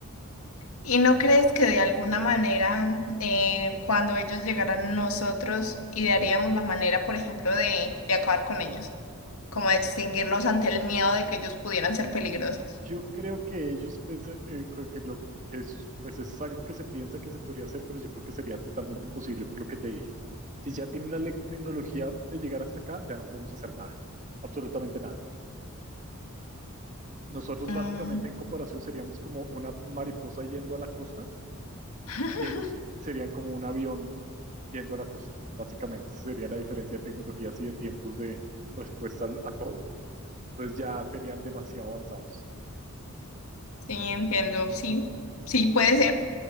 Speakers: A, on the left; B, on the right.
A: ¿Y no crees que de alguna manera, eh, cuando ellos llegaran a nosotros, idearíamos la manera, por ejemplo, de, de acabar con ellos? Como de extinguirlos ante el miedo de que ellos pudieran ser peligrosos.
B: Yo creo que ellos piensan eh, que que lo que es, pues es algo que se piensa que se podría hacer, pero yo creo que sería totalmente imposible por lo que te dije. Si ya tienen la le- tecnología de llegar hasta acá, ya no podemos hacer nada, absolutamente nada. Nosotros
A: Mm,
B: básicamente en comparación seríamos como una mariposa yendo a la costa
A: <laughs>
B: y ellos se- serían como un avión yendo a la costa. Básicamente esa sería la diferencia de tecnologías y de tiempos de respuesta al- a todo. Entonces ya serían demasiado avanzados.
A: sí, entiendo, sí, sí, puede ser,